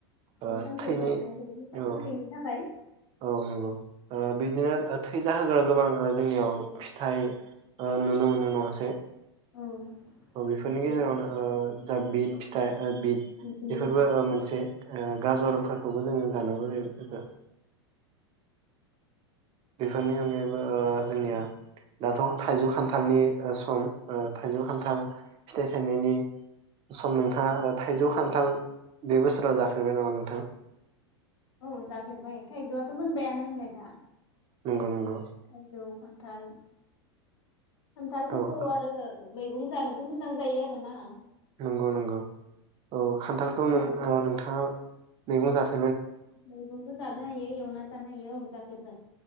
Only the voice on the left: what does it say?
फिथाइ
सामथाइ
जानाया जोबोद मोजां
थैनि थाखाय
औ नुनो
मोननाय
जायो
बिट
औ
औ जाफेरबाय थाइजौआथ मोनबायानो होनलाय दा
थाइजौ खान्थाल खान्थालफोरखौ
आरो मैगं जानोबो मोजां जायो आरो ना
फोमोनना
जानो
मैगंबो जानो हायो एवना जानो हायो औ जाफेरबाय